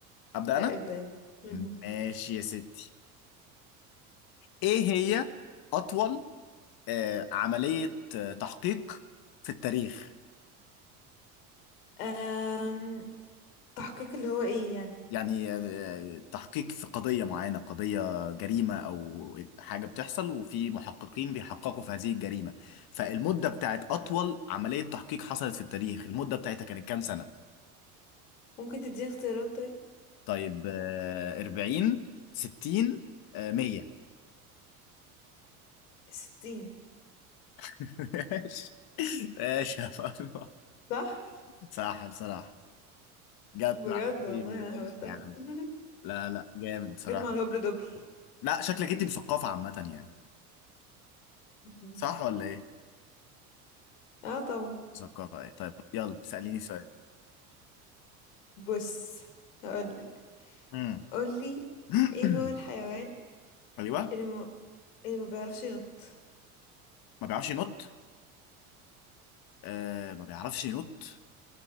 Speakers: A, on the left (about 50°); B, on the left (about 75°).
A: أبدأ
B: لا
A: أنا؟
B: ابدا انت مهم.
A: ماشي يا ستي إيه هي أطول أه عملية آه، تحقيق في التاريخ؟
B: أم... تحقيق اللي هو ايه يعني
A: يعني آه، تحقيق في قضية معينة قضية جريمة أو حاجة بتحصل وفي محققين بيحققوا في هذه الجريمة فالمدة بتاعت أطول عملية تحقيق حصلت في التاريخ المدة بتاعتها كانت كام سنة؟
B: ممكن تديني اختيارات طيب
A: طيب آه، 40 60 آه، 100
B: ستين
A: <laughs> ماشي ماشي يا فاطمة
B: صح
A: صح بصراحة جت
B: بجد
A: معاك
B: والله
A: ماشي
B: انا هبتها
A: يا عم
B: <laughs>
A: لا لا جامد بصراحة
B: جت مع الهبل دبل
A: لا شكلك انت مثقفة عامة يعني
B: مم.
A: صح ولا ايه؟
B: <laughs> اه طبعا
A: مثقفة ايه طيب يلا سأليني سؤال
B: بص هقولك
A: مم.
B: قولي
A: <clears throat>
B: ايه هو الحيوان
A: ايوه
B: اللي ما, اللي ما بيعرفش ينط
A: ما بيعرفش ينط آه ما بيعرفش ينط